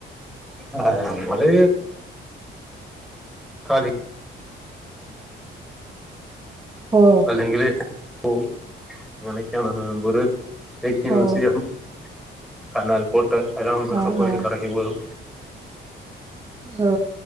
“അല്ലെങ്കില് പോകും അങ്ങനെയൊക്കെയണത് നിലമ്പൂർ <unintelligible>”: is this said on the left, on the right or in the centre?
Centre